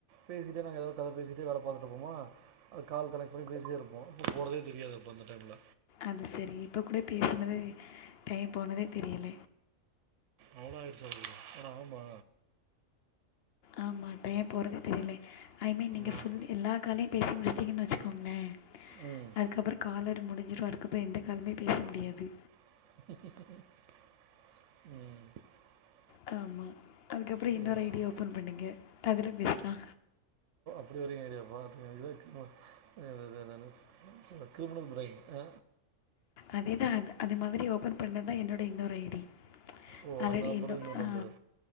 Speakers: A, on the right; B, on the left.
A: பேசிட்டு நாங்க எதா கத பேசிட்டு வேல பாத்துட்ருப்போமா அது கால் கனெக்ட் பண்ணி பேசிட்டே இருப்போ அப்ப போறதே தெரியாது அ ப்ப அந்த டைம்ல
B: அது செரி இப்ப கூட பேசுனதே டைம் போனதே தெரியில
A: அவ்ள ஆயிருச்சா அதுகுள்ள அட ஆமா
B: ஆமா டைம் போறதே தெரியில ஐ மீன் நீங்க
A: நான்
B: ஃபுல் எல்லா காலையு பேசி முடிச் சீங்கன் வச்சுக்கோங்ளே
A: ம்
B: அதுக்கப்புற காலர் முடிஞ்சிரு அதுக்கப்றோ எந்த காலுமே பேச முடியாது
A: ம்
B: காமா அதுக்கப்புற
A: சரி
B: இன்னொரு ஐ
A: சரி
B: டி ஓப்பன் பண்ணுங்க அதில பேசுலா
A: எப்டி வரிங்க ஏரியா <unintelligible> <unintelligible> கிருமினல் முறை ஆ
B: அதேதா அத் அது மாரி ஓபன் பண்ணதுதா என்னோட இன்னொரு ஐடி
A: ஓ
B: ஆல்லடி
A: அந்த நம்பர்
B: இன்னு
A: இன்னொரு
B: ஆ
A: நம்பரு